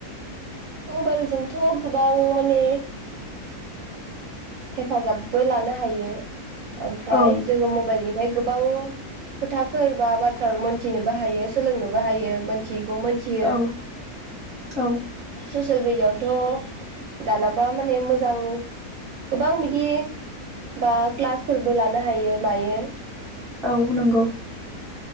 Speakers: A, on the right; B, in the centre.
A: मबाइलजोंथ' गोबां माने हेफाजाबबो लानो हायो। ओमफ्राय
B: औ
A: जोङो मबाइलनि गोबां खोथाफोर बा बाथ्राफोर मोनथिनोबो हायो सोलोंनोबो हायो मोनथि खौ मोनथियो।
B: औ औ
A: ससियेल मिडियाआवथ' दानाबा माने मोजां गोबां बिदि बा क्लासफोरबो लानो हायो मायो
B: औ नंगौ